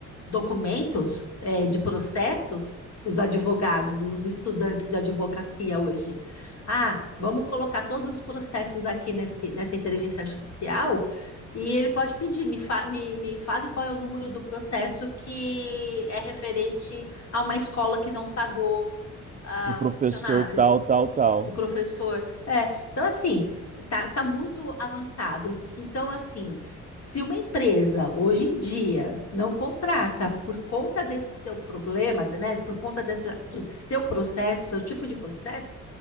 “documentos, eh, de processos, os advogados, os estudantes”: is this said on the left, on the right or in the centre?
Left